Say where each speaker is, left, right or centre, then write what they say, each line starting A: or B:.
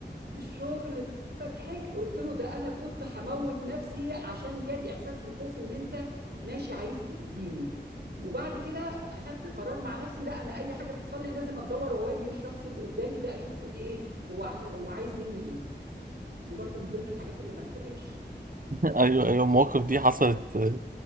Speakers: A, on the right (about 65°); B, on the right (about 50°).
A: في الشغل فضحكت قلت له ده انا كنت هموت نفسي عشان جالي احساس بالخوف ان انت ماشي عايز تأذيني وبعد كده اخدت قرار مع نفسي لا انا اي حاجه تحصل لي لازم اتدور واواجه الشخص اللي قدامي ده اشوفه ايه هو هو عايز مني ايه دي برضو من ضمن الحاجات اللي ما انساهاش
B: <laughs> ايوه ايوه المواقف دي حصلت